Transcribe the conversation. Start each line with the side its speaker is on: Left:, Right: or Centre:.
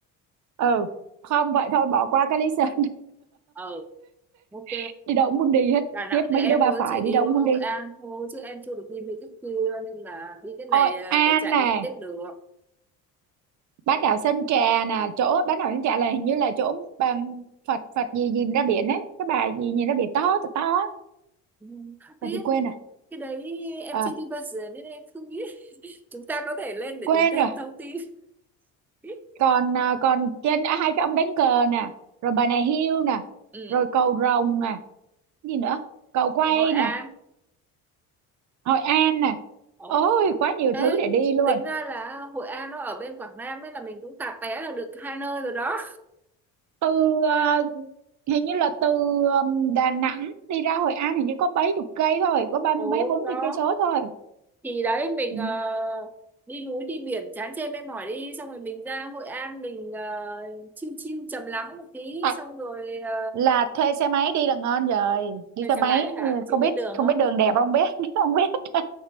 Right: ừ không vậy thôi bỏ qua cái lý sơn
Centre: ờ ok
Right: <laughs> đi đâu cũng muốn đi hết
Centre: Đà Nẵng
Right: khiếp mấy
Centre: thì em
Right: cái đứa ba
Centre: mới
Right: phải
Centre: chỉ đi
Right: đi đâu cũng
Centre: có
Right: muốn
Centre: Hội
Right: đi
Centre: An thôi chứ em chưa được đi mấy cái kia nên là đi cái này
Right: Hội
Centre: à,
Right: An
Centre: để trải
Right: nè
Centre: nghiệm tiếp được
Right: bán đảo Sơn Trà nè chỗ bán đảo Sơn Trà là hình như là chỗ um, Phật Phật gì nhìn ra biển ấy cái bà gì nhìn ra biển to to to á.
Centre: Nhưng không biết
Right: Phật gì quên rồi
Centre: cái đấy em
Right: Ờ,
Centre: chưa đi bao giờ nên em không biết <laughs> chúng ta có thể lên để
Right: quên
Centre: tìm thêm
Right: rồi
Centre: thông tin <laughs>
Right: còn à, còn trên à, hai cái ông đánh cờ nè rồi bà này hiêu nè
Centre: ừ,
Right: rồi cầu rồng nè gì nữa cầu quay
Centre: Hội An
Right: nè Hội An nè
Centre: Ồ.
Right: ôi quá nhiều
Centre: Ê,
Right: thứ để đi luôn
Centre: tính ra là Hội An nó ở bên Quảng Nam ấy là mình cũng tạp té là được hai nơi rồi đó
Right: từ ờ, hình như là từ ừm, Đà Nẵng đi ra Hội An hình như có mấy chục cây thôi có ba
Centre: ồ
Right: mươi mấy bốn
Centre: đó
Right: mươi cây số thôi
Centre: thì đấy mình
Right: Ừ.
Centre: ờ, đi núi đi biển chán chê mệt mỏi đi xong rồi mình ra Hội An mình ờ, chill chill trầm lắng một tí
Right: Tại
Centre: xong rồi ờ,
Right: là thuê xe máy đi là ngon rồi đi
Centre: thuê
Right: xe
Centre: xe
Right: máy
Centre: máy hả chị
Right: không biết
Centre: biết đường
Right: không
Centre: không
Right: biết đường đẹp không biết <laughs> không biết <laughs>